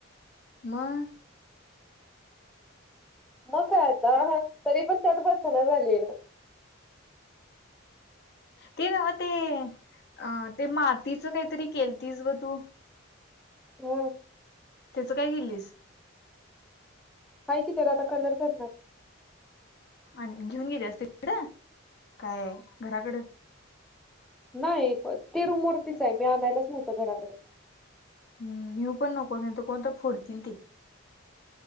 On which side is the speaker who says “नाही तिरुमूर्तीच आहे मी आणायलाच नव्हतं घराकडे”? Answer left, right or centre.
Centre